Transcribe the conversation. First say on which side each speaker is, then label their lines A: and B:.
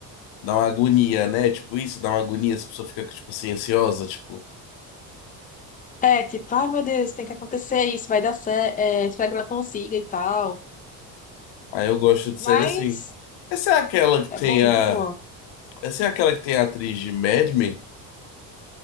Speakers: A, on the left (about 65°); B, on the left (about 15°).
A: dá uma agonia, né? Tipo isso, dá uma agonia, as pessoas ficam tipo assim ansiosa, tipo.
B: É, tipo, ai meu Deus, tem que acontecer isso, vai dar certo, espero que ela consiga e tal.
A: Aí eu gosto de
B: Mas
A: série assim. Essa é aquela que
B: é
A: tem
B: bom, muito
A: a
B: boa.
A: Essa é aquela que tem a atriz de Mad Men?